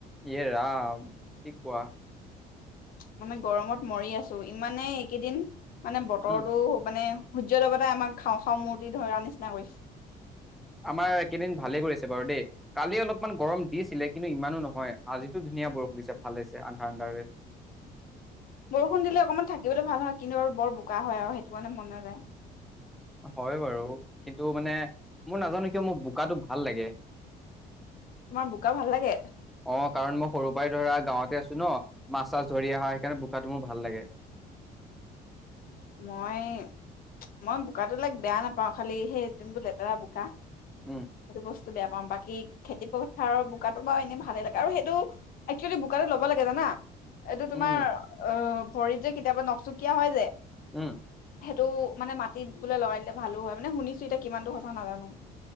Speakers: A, in the centre; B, on the left (about 55°).
A: এ ৰাম কি কোৱা।
B: মানে গৰমত মৰি আছো ইমানে এইকেইদিন মানে বতৰটো
A: উম
B: মানে সূৰ্য দেৱতাই আমাক খাওঁ খাওঁ মূৰ্তি ধৰাৰ নিচিনা কৰিছে।
A: আমাৰ একেইদিন ভালে কৰিছে বাৰু দেই কালি অলপমান গৰম দিছিলে কিন্তু ইমানো নহয় আজিটো ধুনীয়া। ধুনীয়া বৰষুণ দিছে ভাল হৈছে আন্ধাৰ আন্ধা হৈ হৈছে।
B: বৰষুণ দিলে অকণমান থাকিবলৈ ভাল হয় কিন্তু বৰ বোকা হয় আৰু সেইটো কাৰণে মন যায়।
A: হয় বাৰু কিন্তু মানে মোৰ নাজানো কিয় মোক বোকাটো ভাল লাগে
B: তোমাৰ বোকা ভাল লাগে?
A: অ কাৰণ মই সৰু পৰাই ধৰা গাঁৱতে আছো ন মাছ চাছ ধৰি অহা সেইকাৰণে বোকাটো মোৰ ভাল লাগে
B: মই মই বোকাটো লাইক বেয়া নাপাওঁ খালি সেই যোনটো লেতেৰা বোকা
A: উম
B: সেইটো বস্তু বেয়া পাওঁ বাকী খেতি পথাৰৰ বোকাটো বাৰু এনেই ভালে লাগে আৰু সেইটো এক্চুৱেলি বোকাতটো ল'ব লাগে জানা এইটো তোমাৰ
A: উম
B: অ ভৰিত যে কেতিয়াবা নখচুকীয়া হয় যে
A: উম
B: সেইটো মানে মাটিত বোলে লগাই দিলে ভালো হয় মানে শুনিছো এতিয়া কিমানতো সঁচা নাজানো